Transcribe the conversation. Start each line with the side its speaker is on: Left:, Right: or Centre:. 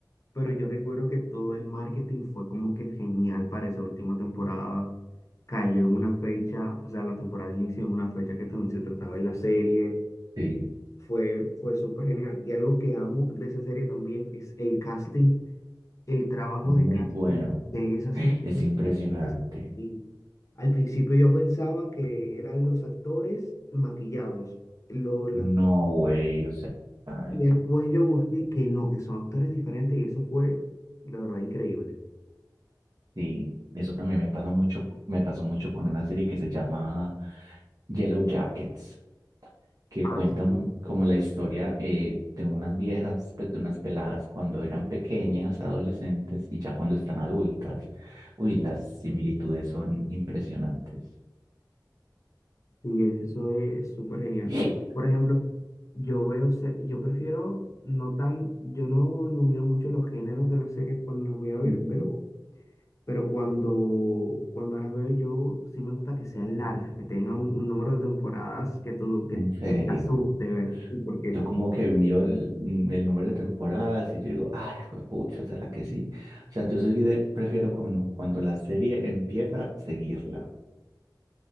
Left: pero yo recuerdo que todo el marketing fue como que genial para esa última temporada. Cayó en una fecha, o sea, la temporada inició en una fecha que también se trataba en la serie.
Right: Sí.
Left: Y fue, fue súper genial. Y algo que amo de esa serie también es el casting, el trabajo
Right: Muy
Left: de casting
Right: bueno.
Left: de esa serie.
Right: Es impresionante.
Left: es- sí. Al principio yo pensaba que eran los actores maquillados. lo la
Right: No, güey, o sea,
Left: y
Right: es-
Left: después yo busqué que no, que son actores diferentes y eso fue de verdad increíble.
Right: sí, eso también me pasa mucho, me pasó mucho con una serie que se llama Yellow Jackets, que
Left: Ah,
Right: cuentan
Left: sí,
Right: como la historia eh, de unas viejas, pues de unas peladas cuando eran pequeñas, adolescentes y ya cuando están adultas. Uy, las similitudes son impresionantes.
Left: sí, eso es súper genial.
Right: <gasps>
Left: Y, por ejemplo, yo veo, se- yo prefiero no tan, yo no, no miro mucho los géneros de las series cuando las voy a ver,
Right: Ujú.
Left: pero, pero cuando, cuando las veo yo sí me gusta que sean largas, que tengan un, un número de temporadas que, tú, que,
Right: En serio.
Left: que te asuste ver, sí, porque,
Right: Yo como que miro el, mm, el número de temporadas y yo digo, ay, pucha, ¿será que sí? O sea, yo soy de, prefiero cuando, cuando la serie empieza, seguirla,